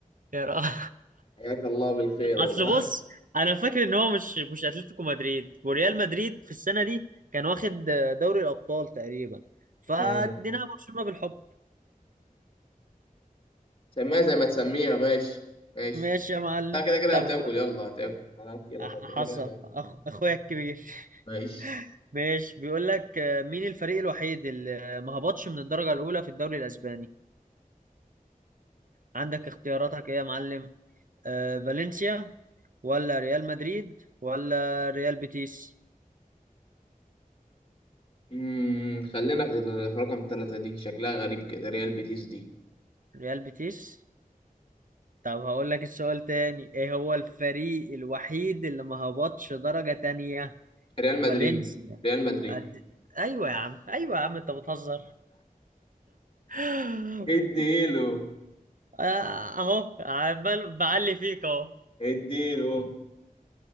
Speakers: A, on the right (about 65°); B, on the left (about 40°).
A: يا راجل
B: حياك الله بالخير والله
A: اصل بص انا فاكر ان هو مش مش اتلتيكو مدريد وريال مدريد في السنه دي كان واخد دوري الابطال تقريبا فاديناها
B: امم
A: برشلونه بالحب
B: سميها زي ما تسميها ماشي ماشي
A: ماشي يا معلم
B: انت كده كده
A: طب
B: هتاكل يلا هتاكل انا هاكلك
A: أح-
B: انت
A: حصل
B: كده كده هتاكل
A: أخ... اخويا الكبير
B: ماشي
A: <laughs> ماشي بيقول لك آه، مين الفريق الوحيد اللي ما هبطش من الدرجه الاولى في الدوري الاسباني عندك اختياراتك ايه يا معلم آه، فالنسيا ولا ريال مدريد ولا ريال بيتيس
B: امم خلينا في ال- في رقم ثلاثة دي شكلها غريب كده ريال بيتيس دي
A: ريال بيتيس طب هقول لك السؤال تاني ايه هو الفريق الوحيد اللي ما هبطش درجة تانية
B: ريال مدريد
A: فالنسيا
B: ريال مدريد
A: أد- ايوه يا عم ايوه يا عم انت بتهزر <laughs>
B: اديله
A: آه، اهو عمال بعلي فيك اهو
B: اديله